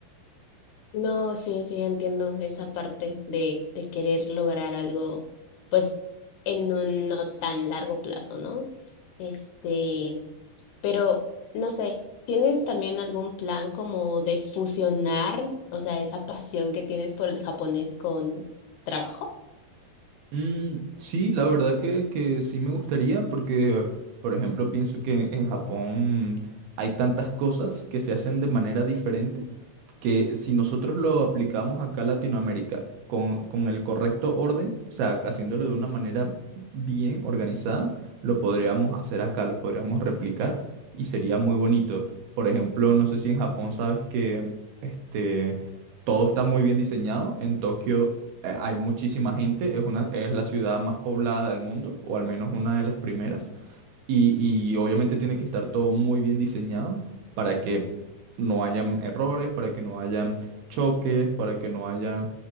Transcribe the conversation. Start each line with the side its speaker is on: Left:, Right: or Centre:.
Left: No, sí, sí, entiendo esa parte de, de querer lograr algo, pues, en un no tan largo plazo, ¿no? Este, pero, no sé, ¿tienes también algún plan como de fusionar, o sea, esa pasión que tienes por el japonés con trabajo?
Right: Mm, sí, la verdad que, que sí me gustaría porque, por ejemplo, pienso que en Japón hay tantas cosas que se hacen de manera diferente que si nosotros lo aplicamos acá a Latinoamérica con, con el correcto orden, o sea, haciéndolo de una manera bien organizada, lo podríamos hacer acá, lo podríamos replicar y sería muy bonito. Por ejemplo, no sé si en Japón sabes que este, todo está muy bien diseñado. En Tokio eh, hay muchísima gente, es una, es la ciudad más poblada del mundo, o al menos una de las primeras. Y, y obviamente tiene que estar todo muy bien diseñado para que no hayan errores, para que no hayan choques, para que no hayan...